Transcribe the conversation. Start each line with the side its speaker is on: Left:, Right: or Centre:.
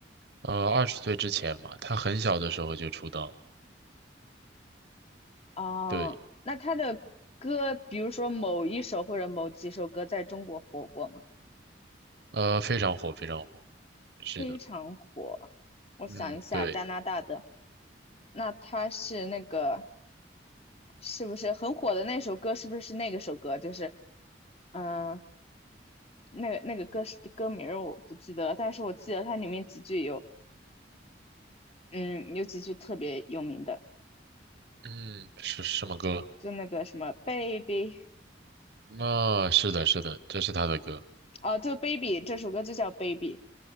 Right: 呃，二十岁之前嘛，他很小的时候就出道了，
Left: 哦，
Right: 对，
Left: 那他的歌，比如说某一首或者某几首歌，在中国火过吗？
Right: 呃，非常火，非常火，是的，
Left: 非常火。我想一下，
Right: 嗯，对，
Left: 加拿大的，那他是那个。是不是很火的那首歌？是不是那个首歌？就是嗯、呃那个那个歌是歌名儿我不记得了，但是我记得它里面几句有嗯有几句特别有名的，
Right: 嗯，是什么歌？
Left: 就那个什么 Baby
Right: 啊，是的，是的，这是他的歌，
Left: 哦，就 Baby 这首歌就叫 Baby